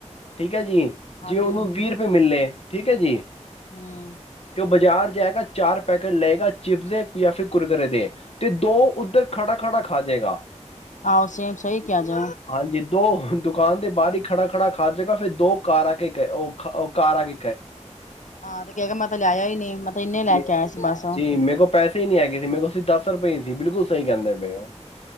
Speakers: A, on the left (about 55°); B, on the left (about 80°).
A: ਠੀਕ ਹੈ ਜੀ
B: ਹਾਂਜੀ
A: ਜੇ ਉਹਨੂੰ ਵੀਹ ਰੁਪਏ ਮਿਲਲੇ ਠੀਕ ਹੈ ਜੀ
B: ਹੂੰ
A: ਤੇ ਉਹ ਬਾਜ਼ਾਰ ਜਾਏਗਾ ਚਾਰ ਪੈਕੇਟ ਲਏਗਾ ਚਿਪਸ ਜਾਂ ਫਿਰ ਕੁੁਰਕੁੁਰਰੇ ਦੇ ਤੇ ਦੋ ਉੱਧਰ ਖੜਾ ਖੜਾ ਖਾ ਜਾੇਗਾ
B: ਆਹੋ ਸੇਮ ਸਹੀ ਕਿਹਾ ਜੇ
A: ਹਾਂਜੀ ਦੋ ਦੁਕਾਨ ਦੇ ਬਾਹਰ ਹੀ ਖੜਾ ਖੜਾ ਖਾ ਜਗਾ ਫੇਿਰ ਦੋ ਕਾਰ ਆ ਕੇ ਕ ਉਹ ਉਹ ਕਾਰ ਆ ਕੇ
B: ਹਾਂ ਤੇ ਕਹਿ ਕੇ ਮੈਂ ਤੇ ਲੈਆਈ ਨਹੀਂ ਮੈਂ ਇਨੇ ਲੈ
A: ਜੀ।
B: ਕੇ ਆਇਆ ਸੀ ਬਸ
A: ਜੀ ਮੇਰੇ ਕੋਲ ਪੈਸੇ ਨਹੀਂੀ ਹੈਗੇ ਸੀ ਮੇ ਕੋਲਸੀ ਦ ਰੁਪਏ ਸੀ ਬਿਲਕੁਲ ਸਹੀ ਕਹਿੰਦੇ ਪਏ ਹੋ